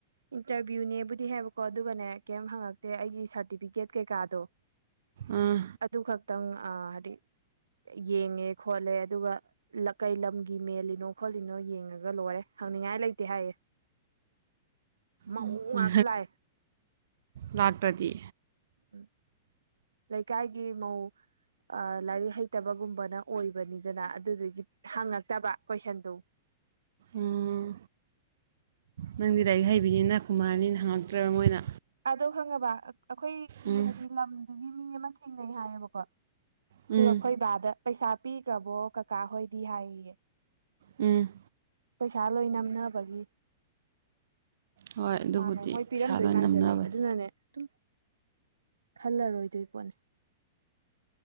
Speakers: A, on the right (about 80°); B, on the right (about 70°).
A: ꯏꯟꯇꯔꯚꯤꯌꯨꯅꯦꯕꯨꯗꯤ ꯍꯥꯏꯕꯀꯣ ꯑꯗꯨꯒꯅꯦ ꯀꯩꯝ ꯍꯪꯉꯛꯇꯦ ꯑꯩꯒꯤ ꯁꯥꯔꯇꯤꯐꯤꯀꯦꯠ ꯀꯩꯀꯥꯗꯣ
B: ꯑꯥ
A: ꯑꯗꯨ ꯈꯛꯇꯪ ꯑꯥ ꯍꯥꯏꯗꯤ ꯌꯦꯡꯉꯦ ꯈꯣꯠꯂꯦ ꯑꯗꯨꯒ ꯀꯩ ꯂꯝꯒꯤ ꯃꯦꯜꯂꯤꯅꯣ ꯈꯣꯠꯂꯤꯅꯣ ꯌꯦꯡꯉꯒ ꯂꯣꯏꯔꯦ ꯍꯪꯅꯤꯡꯉꯥꯏ ꯂꯩꯇꯦ ꯍꯥꯏꯌꯦ ꯃꯧ
B: ꯎꯝ
A: ꯉꯥꯛꯇ ꯂꯥꯛꯑꯦ
B: ꯂꯥꯛꯇꯔꯥꯗꯤ
A: ꯎꯝ ꯂꯩꯀꯥꯏꯒꯤ ꯃꯧ ꯂꯥꯏꯔꯤꯛ ꯍꯩꯇꯕꯒꯨꯝꯕꯅ ꯑꯣꯏꯕꯅꯤꯗꯅ ꯑꯗꯨꯗꯨꯒꯤ ꯍꯪꯉꯛꯇꯕ ꯀꯣꯏꯁꯟꯗꯨ
B: ꯑꯣ ꯅꯪꯗꯤ ꯂꯥꯏꯔꯤꯛ ꯍꯩꯕꯤꯅꯤꯅ ꯈꯨꯃꯛꯅꯤꯅ ꯍꯪꯉꯛꯇ꯭ꯔꯕ ꯃꯣꯏꯅ
A: ꯑꯗꯣ ꯈꯪꯉꯕ ꯑꯩꯈꯣꯏꯒꯤ
B: ꯎꯝ
A: ꯍꯥꯏꯗꯤ ꯂꯝꯗꯨꯒꯤ ꯃꯤ ꯑꯃ ꯊꯦꯡꯅꯩ ꯍꯥꯏꯌꯦꯕꯀꯣ
B: ꯎꯝ
A: ꯇꯨ ꯑꯩꯈꯣꯏ ꯕꯥꯗ ꯄꯩꯁꯥ ꯄꯤꯈ꯭ꯔꯕꯣ ꯀꯀꯥ ꯍꯣꯏꯗꯤ ꯍꯥꯏꯌꯦꯌꯦ
B: ꯎꯝ
A: ꯄꯩꯁꯥ ꯂꯣꯏ ꯅꯝꯅꯕꯒꯤ
B: ꯍꯣꯏ ꯑꯗꯨꯕꯨꯗꯤ
A: ꯃꯥꯅꯦ ꯃꯣꯏ ꯄꯤꯔꯝꯗꯣꯏ
B: ꯄꯩꯁꯥ ꯂꯣꯏ
A: ꯃꯥꯟꯁꯤꯜꯂꯦ
B: ꯅꯝꯅꯕꯅꯤ
A: ꯑꯗꯨꯅꯅꯦ ꯑꯗꯨꯝ ꯈꯜꯂꯔꯣꯏꯗꯣꯏ ꯄꯣꯠꯅꯦ